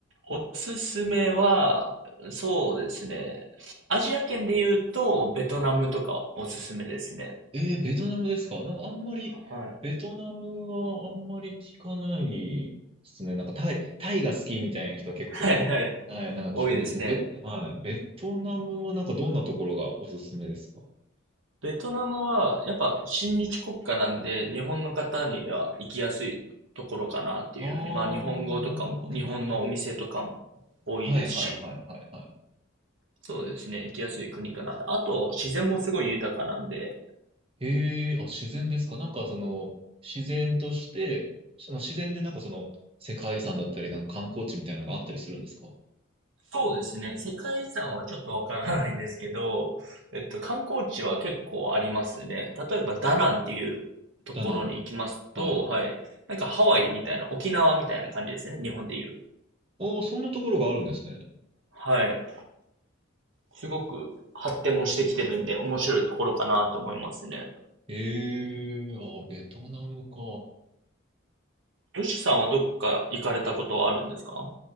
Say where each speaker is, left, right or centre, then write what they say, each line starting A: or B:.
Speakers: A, on the right (about 65°); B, on the right (about 30°).
A: おすすめは、そうですね。アジア圏で言うと、ベトナムとかおすすめですね。
B: えー、ベトナムですかなんかあんまり、
A: はい。
B: ベトナムはあんまり聞かないですね。なんかタイ、タイが好きみたいな人は結構、
A: はいはい。
B: はい、なんか聞くんですけど、
A: 多いですね。
B: ベ、はい、ベトナムはなんかどんなところがおすすめですか
A: ベトナムは、やっぱ親日国家なんで、日本の方には行きやすいところかなっていうふうに。
B: あー、
A: まあ、日本語とかも、
B: なるほど、
A: 日本のお店とかも多いですし。
B: なるほど。はい、はい、はい、はい、はい。
A: そうですね、行きやすい国かな。あと、自然もすごい豊かなんで。
B: えー、あ、自然ですかなんかその、自然として、その自然でなんかその、世界遺産だったり、なんか観光地みたいなのがあったりするんですか
A: そうですね、世界遺産はちょっとわからないんですけど、えっと、観光地は結構ありますね。例えば、ダナンっていうところに行きますと、
B: だな。はい。
A: はい。なんかハワイみたいな、沖縄みたいな感じですね、日本で言う。
B: あー、そんなところがあるんですね。
A: はい。すごく発展もしてきてるんで、面白いところかなと思いますね。
B: ええあ、ベトナムか。
A: ヨシさんはどっか行かれたことはあるんですか